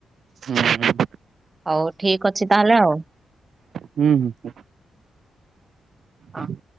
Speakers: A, on the right (about 60°); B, on the right (about 25°).
A: ହୁଁ ହୁଁ
B: ହଉ ଠିକ୍ ଅଛି ତାହେଲେ ଆଉ।
A: ହୁଁ ହୁଁ
B: ହଁ।
A: ହୁଁ।